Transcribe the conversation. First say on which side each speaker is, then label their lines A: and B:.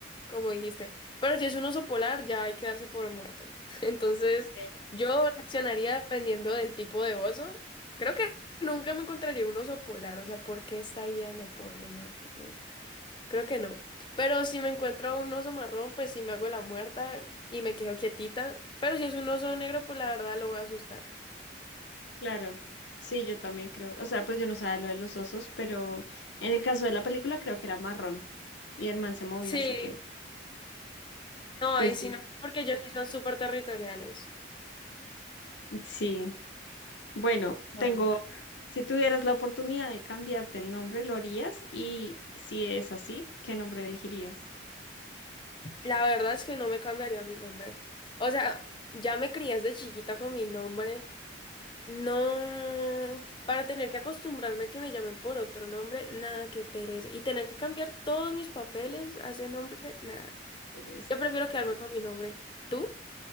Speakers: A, on the left (about 25°); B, on the left (about 70°).
A: como dijiste. Pero si es un oso polar, ya hay que darse por un muerto. <laughs> Entonces,
B: ¿En serio?
A: yo reaccionaría dependiendo del tipo de oso. Creo que nunca me encontraría un oso polar. O sea, ¿por qué estaría en el Polo Norte, no? Creo que no. Pero si me encuentro un oso marrón, pues sí me hago la muerta y me quedo quietita. Pero si es un oso negro, pues la verdad lo voy a asustar.
B: Claro, sí, yo también creo. O sea, pues yo no sabía lo de los osos, pero en el caso de la película creo que era marrón y el man se movió,
A: Sí,
B: así que,
A: no,
B: pues
A: ahí sí
B: sí.
A: no, porque ellos sí son súper territoriales.
B: Sí, bueno,
A: Vale.
B: tengo, otra. si tuvieras la oportunidad de cambiarte el nombre, ¿lo harías? Y si es así, ¿qué nombre elegirías?
A: La verdad es que no me cambiaría mi nombre. O sea, ya me crié de chiquita con mi nombre. No, para tener que acostumbrarme que me llamen por otro nombre, nada, que pereza. Y tener que cambiar todos mis papeles a ese nombre,
B: Pues
A: nada.
B: sí, qué pereza.
A: Yo prefiero quedarme con mi nombre. ¿Tú?